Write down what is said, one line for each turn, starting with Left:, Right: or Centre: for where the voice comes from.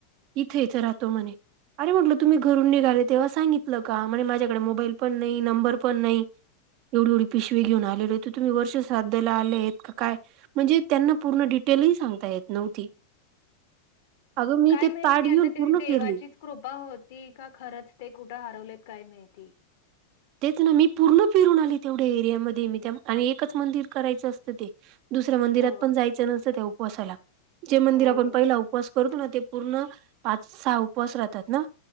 Right: इथं इथे राहतो म्हणे अरे म्हटलं तुम्ही घरून निघाले तेव्हा सांगितलं का म्हणे माझ्याकडे मोबाईल पण नाही नंबर पण नाही येवढी येवढी पिशवी घेऊन आलेले तर तुम्ही वर्ष श्राद्धला आलेत का काय म्हणजे त्यांना पूर्ण डिटेलही सांगता येत नव्हती अगं मी
Left: काय
Right: ते
Left: माहिती
Right: ताट घेऊन
Left: आता ते
Right: पूर्ण
Left: देवाचीच
Right: केली
Left: कृपा होती का खरंच ते कुठे हरवलेत काय माहिती
Right: तेच ना मी पूर्ण फिरून आली तेवढ्या एरियामध्ये मी आणि एकच मंदिर करायचं असतं ते दुसऱ्या मंदिरात
Left: हो
Right: पण जायचं नसतं त्या उपवासाला जे मंदिर
Left: हो
Right: आपण पहिला उपवास ू ते पूर्ण पाच सहा उपवास राहतात ना